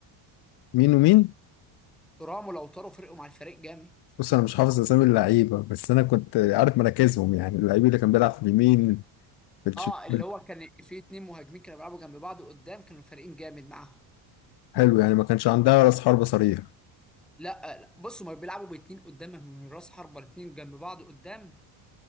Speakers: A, on the left; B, in the centre.
A: مين ومين
B: ترام ولوتارو فرقوا مع الفريق جامد
A: بص أنا مش حافظ أسامي اللعيبة بس أنا كنت عارف مراكزهم يعني اللعيب اللي كان بيلعب في اليمين في الشمال
B: اه اللي هو كان في اتنين مهاجمين كانوا بيلعبوا جنب بعض قدام كانوا فريقين جامد معاهم
A: حلو يعني ما كانش عندها رأس حربة صريح
B: لا لا، بص هما بيلعبوا باتنين قدام من راس حربة الاتنين جنب بعض قدام